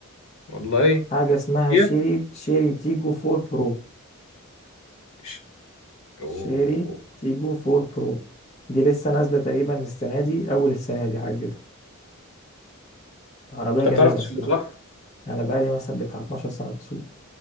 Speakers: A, on the left; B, on the left.
A: والله
B: حاجة اسمها
A: هي
B: شيري شيري تيجو 4 برو
A: ش- أوه.
B: شيري تيجو 4 برو دي لسه نازلة تقريبا السنة دي أول السنة دي حاجة كده عربية
A: انت
B: جميلة
A: بتعرف تسوق
B: الصراحة
A: صح؟
B: أنا بقالي مثلا بتاع 12 سنة بسوق